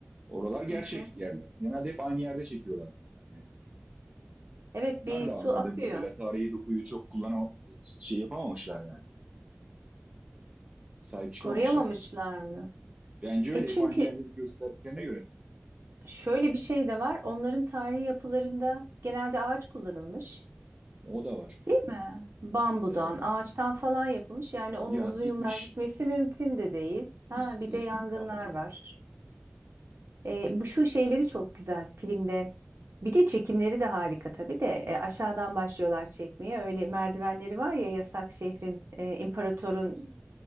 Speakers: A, on the right; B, on the right.
A: Oralar gerçek
B: hı hı.
A: yerler. Genelde hep aynı yerde çekiyorlar zaten. Yani
B: Evet
A: onlar
B: bir
A: da
B: su
A: anladığım
B: akıyor.
A: kadarıyla tarihi dokuyu çok kullanam şey yapamamışlar yani. Sahip çıkamamışlar.
B: Koruyamamışlar mı?
A: Bence öyle
B: E çünkü
A: hep aynı yerleri gösterdiklerine göre.
B: şöyle bir şey de var. Onların tarihi yapılarında genelde ağaç kullanılmış.
A: E, o da var.
B: Değil mi? Bambudan,
A: Evet.
B: ağaçtan falan yapılmış. Yani
A: Yanıp
B: onun uzun
A: gitmiş.
B: yıllar gitmesi mümkün de değil. Ha,
A: Eski,
B: bir de
A: eski
B: yangınlar
A: İstanbul gibi.
B: var. E, bu şu şeyleri çok güzel filmde. Bir de çekimleri de harika tabii de. E, aşağıdan başlıyorlar çekmeye. Öyle merdivenleri var ya yasak şehrin, e, imparatorun
A: Evet.